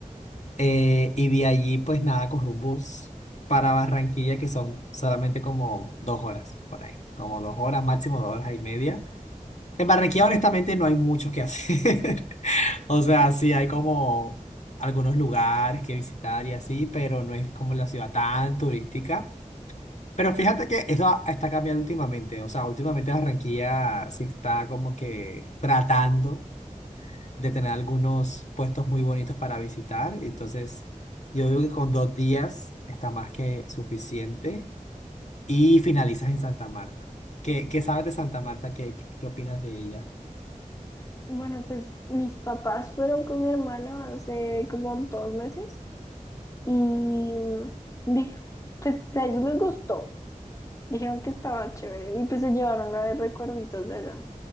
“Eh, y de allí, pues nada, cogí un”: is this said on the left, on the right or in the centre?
Left